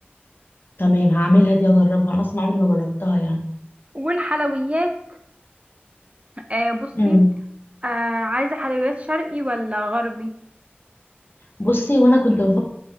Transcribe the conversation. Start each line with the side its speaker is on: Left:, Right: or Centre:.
Left: تمام هعملها دي اجربها انا اصلا عمري ما جربتها يعني
Right: والحلويات آه بصي
Left: امم
Right: آه عايزه حلويات شرقي ولا غربي
Left: بصي وانا كنت بفكر